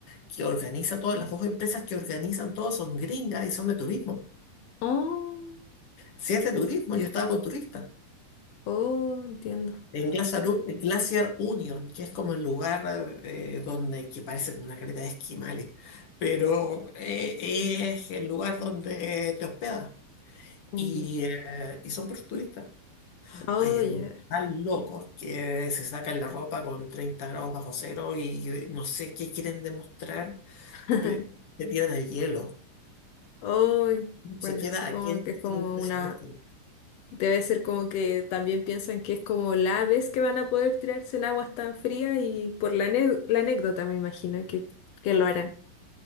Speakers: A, on the left; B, on the left.
A: que organiza todas, las dos empresas que organizan todo son gringas y son de turismo.
B: Oh,
A: Si es de turismo, yo estaba con turistas.
B: oh, entiendo.
A: En Glaciar, U- Glacier Union, que es como el lugar eh, donde que parece como una creta de esquimales, pero eh, es el lugar donde te hospedas
B: Mm.
A: y, eh, y son puros turistas.
B: Oh,
A: Hay algunos
B: yeah.
A: tan locos que se sacan la ropa con 30 grados bajo cero y eh, no sé qué quieren demostrar,
B: <laughs>
A: ve- que tiran el hielo.
B: Oh, bueno,
A: Se queda
B: supongo
A: a quien
B: que
A: quieren
B: es como
A: impresionar.
B: una... Debe ser como que también piensan que es como la vez que van a poder tirarse en aguas tan frías y por la, ane- la anécdota me imagino que, que lo harán.